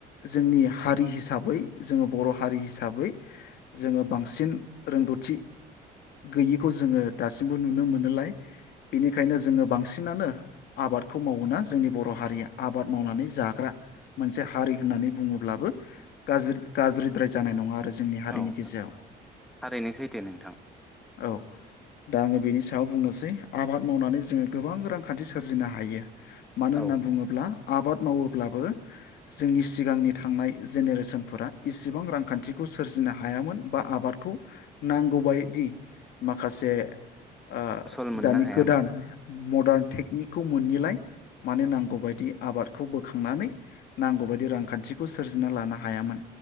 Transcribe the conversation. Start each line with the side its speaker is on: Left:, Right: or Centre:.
Left: जोंनि हारि हिसाबै जोङो बर' हारि हिसाबै जोङो बांसिन रोंगौथि गैयिखौ जोङो दासिमबो नुनो मोनोलाय बेनिखायनो जोङो बांसिनानो आबादखौ मावोना जोंनि बर' हारिया आबाद मावनानै जाग्रा मोनसे हारि होननानै बुङोब्लाबो गाज्रि गाज्रिद्राय जानाय नङा आरो जोंनि हारिनि
Centre: औ
Left: गेजेराव
Centre: थारैनो सैथो नोंथां।
Left: औ दा आङो बेनि सायाव बुंनोसै आबाद मावनानै जोङो गोबां रांखानथि सोरजिनो हायो। मानो होनना
Centre: औ
Left: बुङोब्ला आबाद मावोब्लाबो जोंनि सिगांनि थांनाय जेनेरेसनफोरा इसेबां रांखानथिखौ सो सोरजिनो हायामोन बा आबादखौ नांगौबायदि माखासे ओ
Centre: फसल मोननो
Left: दानि
Centre: हायामोन।
Left: गोदान मदार्न टेकनिक खौ मोनिलाय माने नांगौ बायदि आबादखौ बो खांनानै नांगौ बायदि रांखानथिखौ सोरजिना लानो हायामोन